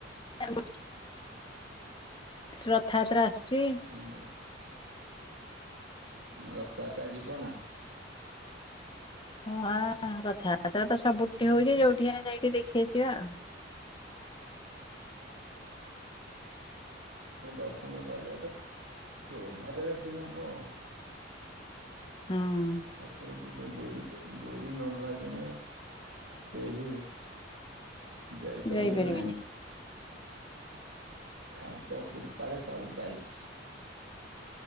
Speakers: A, on the left; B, on the right.
A: <unintelligible> ରଥଯାତ୍ରା ଆସୁଛି।
B: ହୁଁ ରଥଯାତ୍ରା ଯିବ ନା।
A: ହଁ ରଥାଯାତ୍ରା ତ ସବୁଠି ହଉଛି ଯୋଉଠି ଆମେ ଯାଇକି ଦେଖି ଆସିବା ଆଉ
B: ଦର୍ଶନ କରିବାଟା ସୌଭାଗ୍ୟରେ ଥିଲେ ହବ ଉ <unintelligible>
A: ହଁ
B: ତୋ ଡୋରି ଡୋରି ନ ଲାଗିଲେ କେହି ଯାଇପାରିବେ
A: ଯାଇପାରିବେନି
B: ନାହିଁ ତାଙ୍କ କୃପାରେ ସବୁ ଚାଲଚି।